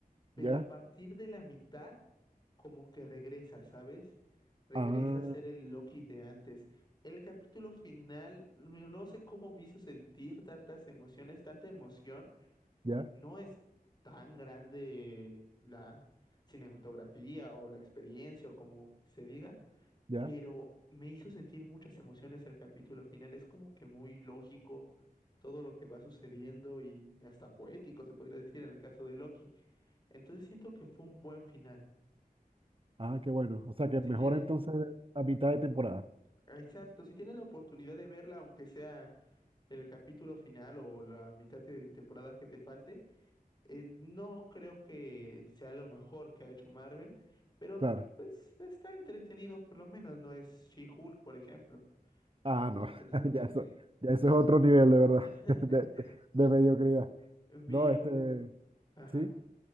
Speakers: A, on the left; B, on the right.
A: pero
B: ¿Ya?
A: a partir de la mitad como que regresa, ¿sabes? Regresa
B: Ah,
A: a ser el Loki de antes. El capítulo final, no no sé cómo me hizo sentir tantas emociones, tanta emoción.
B: ya,
A: No es tan grande la cinematografía o la experiencia o como se diga
B: ya.
A: pero me hizo sentir muchas emociones el capítulo final. Es como que muy lógico todo lo que va sucediendo y hasta poético, se podría decir en el caso de Loki. Entonces siento que fue un buen final.
B: Ah, qué bueno. O sea que
A: Si
B: mejor
A: tienes,
B: entonces a mitad de temporada.
A: exacto, si tienes la oportunidad de verla, aunque sea el capítulo final o la mitad de temporada que te falte, eh, no creo que sea lo mejor que ha hecho Marvel, pero
B: Claro.
A: pues está entretenido, por lo menos no es She-Hulk, por ejemplo.
B: Ah,
A: Entonces,
B: no. <laughs>
A: este.
B: Ya eso, ya eso es otro nivel, de verdad.
A: <laughs>
B: <laughs> De, de- de mediocridad.
A: Vi
B: No, este,
A: un... Ajá.
B: sí.